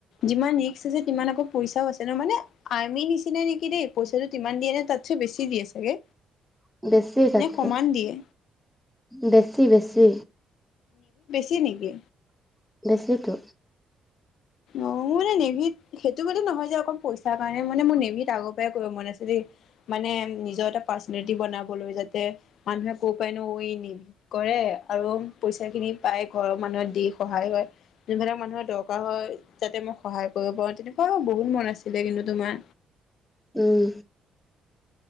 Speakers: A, on the left; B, in the centre.
A: যিমান ৰিস্ক আছে তিমান আকৌ পইচাও আছে ন মানে আৰ আমি নিচিনা নেকি দেই পইছা য তিমান দিয়ে নে তাতছে বেছি দিয়ে চাগে?
B: বেছি তাতকে,
A: নে সমান দিয়ে
B: বেছি বেছি।
A: কি নেকি?
B: বেছিতো।
A: অ মানে নেভিত সেইটো কাৰনে নহয় যে অকল পইচাৰ কাৰণে মানে মোৰ নেভিত আগৰ পৰাই কৰিব মন আছে দেই, মানে নিজৰ এটা পাৰ্চনেলিটি বনাবলৈ যাতে মানুহে কব পাৰে ন, অ ই নেভিত কৰে আৰু পইচা খিনি পাই ঘৰৰ মানুহত দি সহায় কৰে, যোনবিলাক মানুহৰ দ হয় যাতে মই সহায় কৰিব পাৰো, তেনেকুৱা বহুত মন আছিলে কিন্তু তোমাৰ।
B: উম।